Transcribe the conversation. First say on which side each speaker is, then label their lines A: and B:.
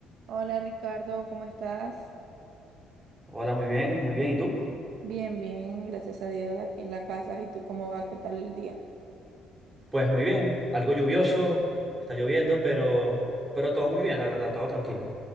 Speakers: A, on the right; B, on the right.
A: Hola Ricardo, ¿cómo estás?
B: Hola, muy bien, muy bien. ¿Y tú?
A: Bien, bien, gracias a Dios aquí en la casa. ¿Y tú cómo va? ¿Qué tal el día?
B: Pues muy bien, algo lluvioso, está lloviendo, pero, pero todo muy bien, la verdad, todo tranquilo.